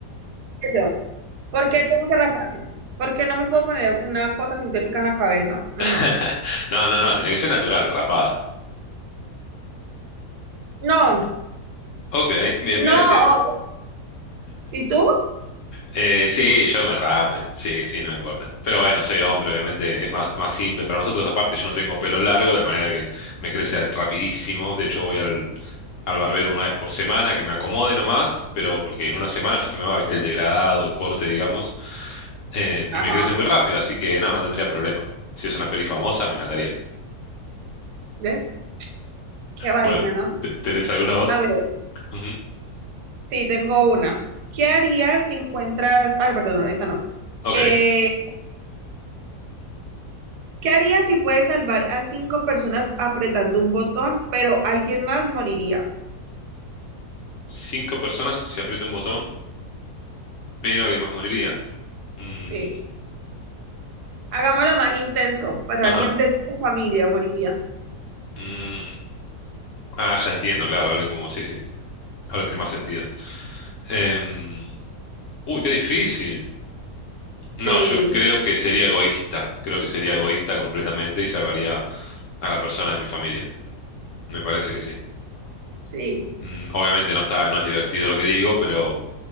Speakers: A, on the right; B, on the left.
A: caballo. ¿Por qué tengo que raparme? ¿Por qué no me puedo poner una cosa sintética en la cabeza? No,
B: <laughs> No, no, no, tiene que ser natural, rapada.
A: no,
B: Ok, bien,
A: no.
B: bien, entiendo.
A: ¿Y tú?
B: Eh, sí, yo que me rapen, sí, sí, no me importa. Pero bueno, soy hombre, obviamente es más, más simple. Para nosotros, aparte, yo no tengo pelo largo, de manera que me crece al- rapidísimo. De hecho, voy al, al barbero una vez por semana, que me acomode nomás, pero porque en una semana ya se me va, viste, el degradado, el corte, digamos. Eh, y
A: Ajá,
B: me crece muy rápido, así que no, no tendría problema. Si es una peli famosa, me encantaría.
A: ¿ves? Qué vaina,
B: Bueno,
A: ¿no?
B: ¿te- ¿tenés alguna voz?
A: A ver,
B: Ujú,
A: sí, tengo una. ¿Qué
B: ujú.
A: harías si encuentras, ah, no, perdón, no, esa no.
B: Ok.
A: Eh, ¿qué harías si puedes salvar a cinco personas apretando un botón, pero alguien más moriría?
B: Cinco personas si aprieto un botón, pero alguien más moriría. Mm,
A: Sí, hagámoslo más intenso, pero
B: ajá.
A: alguien de tu familia moriría.
B: Mm. Ah, ya entiendo, claro, alguien como, sí, sí, ahora tiene más sentido. Em, uy, qué difícil.
A: Sí,
B: No, yo creo que sería egoísta, creo que sería egoísta completamente y salvaría a la persona de mi familia, me parece que sí.
A: sí,
B: Mm, obviamente no está, no es divertido lo que digo, pero